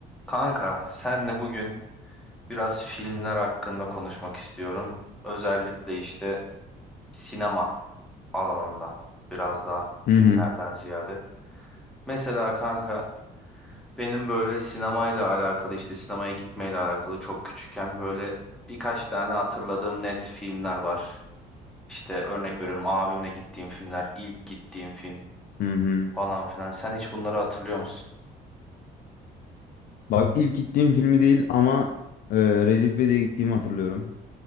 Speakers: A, in the centre; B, on the left.
A: Kanka, senle bugün biraz filmler hakkında konuşmak istiyorum. Özellikle işte sinema alanında biraz daha filmlerden
B: Hı hı.
A: ziyade. Mesela kanka benim böyle sinemayla alakalı işte sinemaya gitmeyle alakalı çok küçükken böyle birkaç tane hatırladığım net filmler var. İşte örnek veriyorum abimle gittiğim filmler, ilk gittiğim film
B: Hı hı.
A: falan filan. Sen hiç bunları hatırlıyor musun?
B: Bak ilk gittiğim filmi değil ama e, Recep İvedik'e gittiğimi hatırlıyorum.